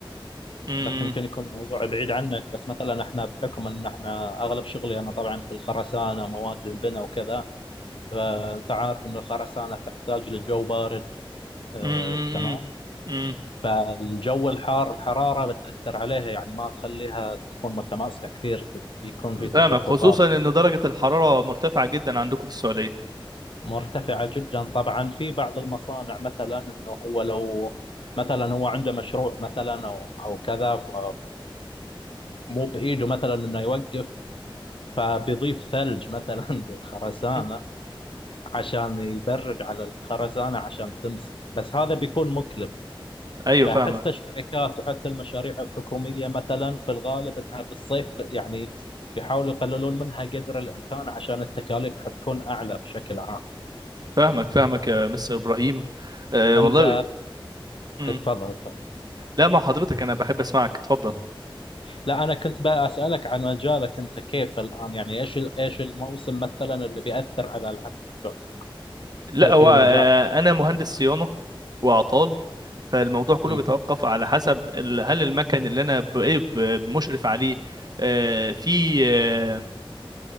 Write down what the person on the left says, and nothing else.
بس يمكن يكون الموضوع بعيد عنك بس مثلا احنا بحكم ان احنا اغلب شغلي انا طبعا في الخرسانه مواد البناء وكذا فانت عارف ان الخرسانه تحتاج لجو بارد آه،
تمام
فالجو الحار الحراره بتاثر عليها يعني ما تخليها تكون متماسكه كثير بيكون في تشققات
مرتفعه جدا طبعا في بعض المصانع مثلا انه هو لو مثلا هو عنده مشروع مثلا او او كذا ف- مو بايده مثلا انه يوقف فبيضيف ثلج مثلا <laughs> للخرسانة
عشان يبرد على الخرسانة عشان تمسك بس هذا بيكون مكلف
فحتى
الشركات وحتى المشاريع الحكومية مثلا في الغالب انها بالصيف يعني بيحاولوا يقللون منها قدر الامكان عشان التكاليف حتكون اعلى بشكل عام
انت
اتفضل اتفضل
لا انا كنت بقى اسالك عن مجالك انت كيف الان يعني ايش ال- ايش الموسم مثلا اللي بيأثر على العمل بتوع عندك
في
في
مجالك
مم.